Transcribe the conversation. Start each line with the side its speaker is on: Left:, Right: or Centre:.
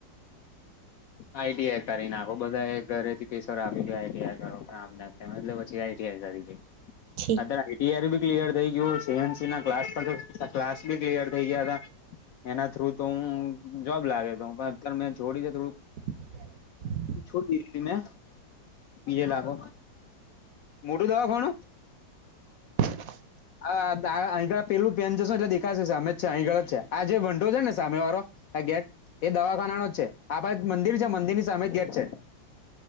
Left: આઈટીઆઈ કરી નાખો. બધા ઘરેથી પેસર આપી દ આઈટીઆઈ કરો. એ એટલે પછી આઈટીઆઈ કરી દે.
Right: છી
Left: અત્યારે આઈટીઆ બી ક્લિયર થઈ ગયું. સીએનસીના ક્લાસ પર ક્લાસ બી ક્લયર થઈ ગયા હતા. એના થ્રુ તો હું જોબ લાગે તો પણ અત્યારે મેં જોડીને થોડુંક
Right: <inaudible>
Left: છોડી દીધી ને બીજે લાખ મોટું દવા કોણ.
Right: <inaudible>
Left: અંળ પેલું પેન જશો એટલે દેખાશે અમે જ છે. અહીંગળ જ છે. આ જે વંડો છે ને સામે વાળો આ ગેટ એ દવાખાનાનો જ છે. આપણે મંદિર છે, મંદિરની સામે જ ગેટ છે.